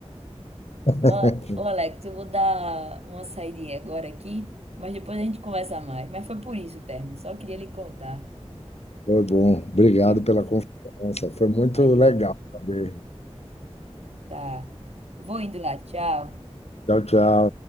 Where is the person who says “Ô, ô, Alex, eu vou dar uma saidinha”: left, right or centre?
Right